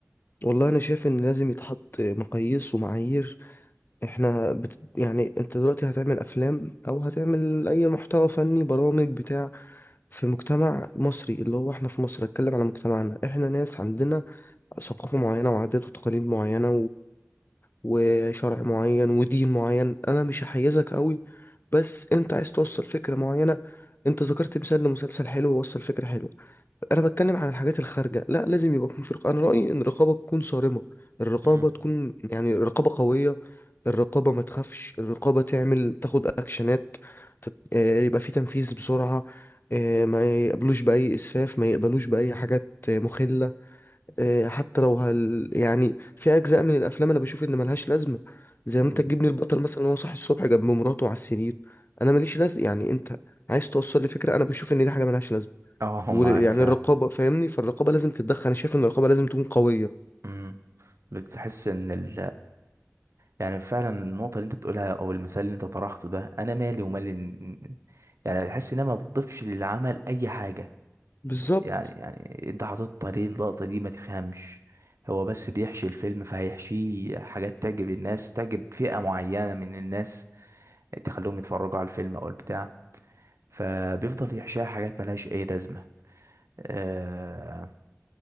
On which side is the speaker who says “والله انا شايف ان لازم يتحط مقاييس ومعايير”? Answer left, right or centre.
Left